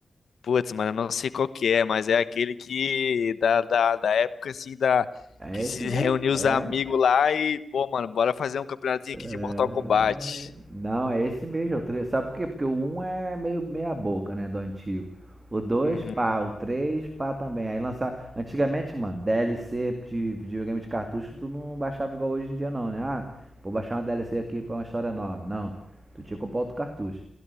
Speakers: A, on the left; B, on the right.
A: Putz, mano, eu não sei qual que é, mas é aquele que da, da, da época assim da
B: É
A: que
B: esse
A: se
B: mesmo,
A: reuniu
B: é.
A: os amigos lá e, pô, mano, bora fazer um campeonatozinho aqui de
B: É,
A: Mortal Kombat.
B: Não, é esse mesmo. é o três. Sabe por quê? Porque o um é meio meia boca, né, do antigo. O dois
A: Uhum.
B: pá. O 3 pá também. Aí lançar... Antigamente, mano, DLC de videogame de cartucho, tu não baixava igual hoje em dia não, né? Ah, vou baixar uma DLC aqui pra uma história nova. Não. Tu tinha que comprar outro cartucho.